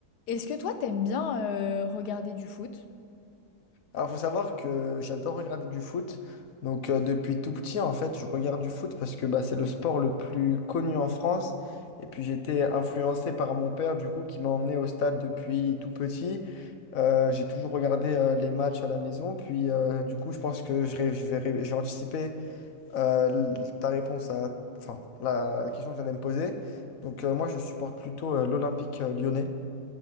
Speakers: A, on the left (about 80°); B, on the left (about 65°).
A: Est-ce que toi, t'aimes bien euh, regarder du foot?
B: Alors, faut savoir que j'adore regarder du foot. Donc, euh, depuis tout petit, en fait, je regarde du foot parce que bah, c'est le sport le plus connu en France. Et puis, j'étais influencé par mon père, du coup, qui m'a emmené au stade depuis tout petit. Euh, j'ai toujours regardé euh, les matchs à la maison. Puis, euh, du coup, je pense que je, ré- je vais, ré- j'ai anticipé euh, l- ta réponse à enfin, la question que tu allais me poser. Donc, euh, moi, je supporte plutôt euh, l'Olympique euh, lyonnais